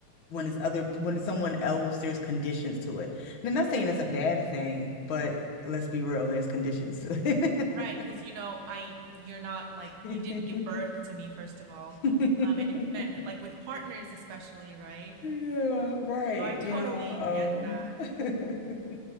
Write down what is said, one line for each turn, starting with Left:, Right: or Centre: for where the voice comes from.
Left: when it's other when it's someone else, there's conditions to it. And I'm not
Right: Right.
Left: saying that's a bad thing, but let's be real, there's conditions to
Right: Right, because you know, I you're not like
Left: it.
Right: you didn't give birth to me first of all,
Left: <laughs>
Right: um, and with fa- like with partners especially, right?
Left: Yeah,
Right: Um,
Left: right.
Right: so I totally
Left: You know,
Right: get that.
Left: um <laughs>